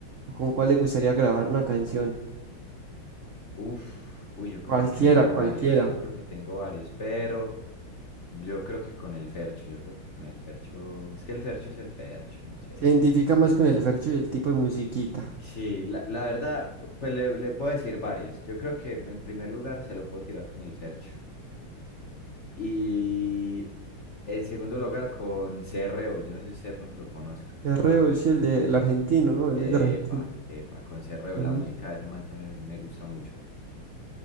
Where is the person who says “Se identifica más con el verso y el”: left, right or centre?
Right